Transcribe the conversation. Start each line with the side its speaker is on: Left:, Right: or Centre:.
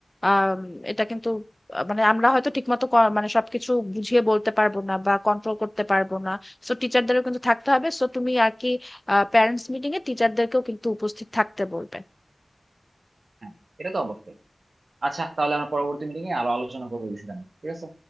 Left: আম, এটা কিন্তু আহ, মানে আমরা হয়তো ঠিকমতো ক- মানে সবকিছু বুঝিয়ে বলতে পারবো না বা কন্ট্রোল করতে পারবো না সো টিচারদেরও কিন্তু থাকতে হবে সো তুমি আর কি প্যারেন্টস মিটিং এ টিচারদেরকেও কিন্তু উপস্থিত থাকতে বলবে
Right: হ্যাঁ এটা তো অবশ্যই আচ্ছা তাহলে আমরা পরবর্তী মিটিং এ আরো আলোচনা করবো এই বিষয়টা নিয়ে ঠিক আছে